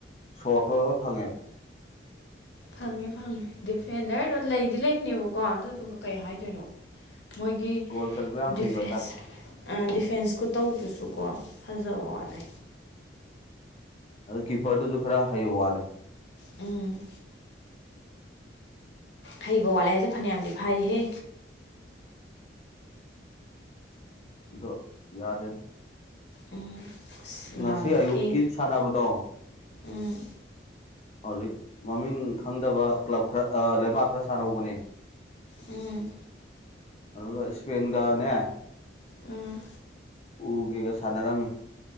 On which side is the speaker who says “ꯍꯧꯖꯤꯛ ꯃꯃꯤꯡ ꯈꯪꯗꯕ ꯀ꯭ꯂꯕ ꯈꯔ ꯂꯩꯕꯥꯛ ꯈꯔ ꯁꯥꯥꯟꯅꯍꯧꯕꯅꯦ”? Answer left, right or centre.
Left